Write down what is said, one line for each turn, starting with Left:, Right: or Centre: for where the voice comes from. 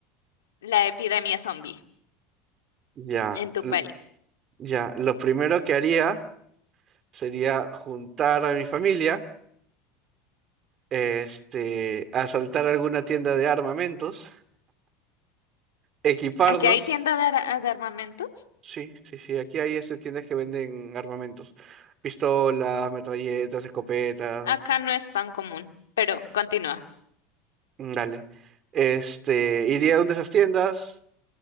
Left: la epidemia zombie.
Right: Ya,
Left: en tu
Right: l-
Left: país.
Right: ya, lo primero que haría sería juntar a mi familia, este, asaltar alguna tienda de armamentos, equiparnos
Left: ¿Allá hay tienda de, ar- de armamentos?
Right: Sí, sí, sí. Aquí hay este, tiendas que venden armamentos. Pistolas, metralletas, escopetas.
Left: Acá no es tan común, pero continúa.
Right: Mm, Dale. Este, iría a una de esas tiendas.